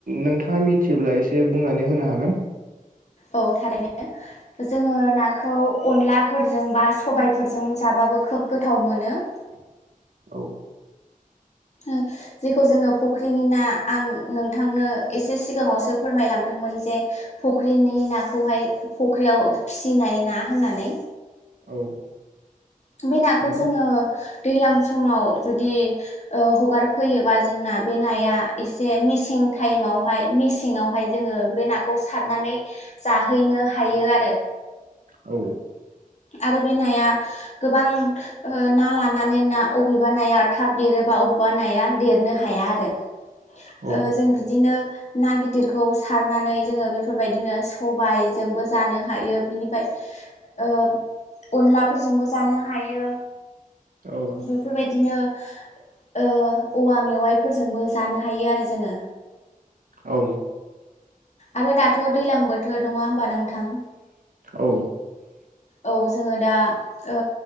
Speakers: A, on the right; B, on the left.
A: नोंथाङा मिथियोब्ला एसे बुंनानै होनो हागोन?
B: औ थारैनो जोङो नाखौ अनलाफोरजों बा सबायफोरजों जाबाबो खोब गोथाव मोनो।
A: औ
B: ओ जेखौ जोङो फुख्रिनि ना आं नोंथांनो एसे सिगाङावसो फोरमायलांदों मोन जे फख्रिनि नाखौहाय फख्रियाव फिसिनाय ना होननानै
A: औ
B: बे नाखौ
A: नंगौ
B: जोङो दैज्लां समाव जुदि ओ हगारफैयोबा जोंना बे नाया एसे मसें टाइमावहाय मेसेआवहाय जोङो बे नाखौ सारनानै जाहैनो हायो आरो
A: औ
B: आरो बे नाया गोबां ओ ना लानानै ना अबेबा नाया थाब देरो बबा अबेबा नाया देरनो हाया आरो
A: औ
B: ओ जों बिदिनो ना गिदिरखौ सारनानै जोङो बेफोरबायदिनो सबायजोंबो जानो हायो बिनिफ्राय ओ अनलाफोरजोंबो जानो हायो
A: औ
B: बेफोरबायदिनो ओ औवा मेवाइफोरजोंबो जानो हायो आरो जोङो
A: औ
B: आरो दाथ' दैलां बोथोर नङा होमबा नों थां
A: औ
B: औ जोङो दा ओ